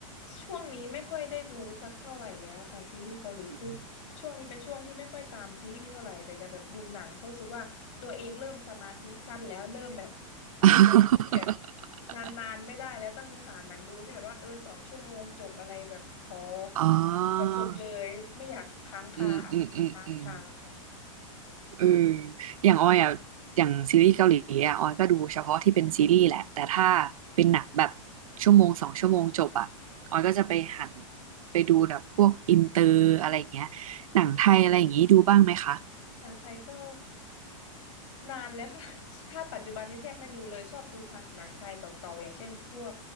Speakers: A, on the left; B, on the right.
A: ช่วงนี้ไม่ค่อยได้ดูสักเท่าไหร่แล้วค่ะซีรีส์เกาหลีคือ
B: อม
A: ช่วงนี้เป็นช่วงที่ไม่ค่อยตามซีรีส์เท่าไหร่แต่จะแบบดูหนังเพราะรู้สึกว่าตัวเองเริ่มสมาธิสั้นแล้วเริ่มแบบ
B: <laughs>
A: ดูอะไรที่แบบนานๆไม่ได้แล้วต้องหาหนังดูที่แบบว่าเออสองชั่วโมงจบอะไรแบบขอ
B: อ๋อ
A: ขอจบเลยไม่อยากค้างคาอารมณ์มันค้างคาค่ะ
B: อืมอืมอืมอืม เอออย่างออยอ่ะอย่างซีรีส์เกาหลีอ่ะออยก็ดูเฉพาะที่เป็นซีรีส์แหละแต่ถ้าเป็นหนังแบบชั่วโมงสองชั่วโมงจบอ่ะออยก็จะไปหันไปดูแบบพวกอินเตอร์อะไรอย่างเงี้ยหนังไทยอะไรอย่างงี้ดูบ้างไหมคะ
A: หนังไทยก็ นานแล้วค่ะ <laughs> ถ้าปัจจุบันนี้แทบไม่ดูเลยชอบดูทางหนังไทยเก่าๆอย่างเช่นพวก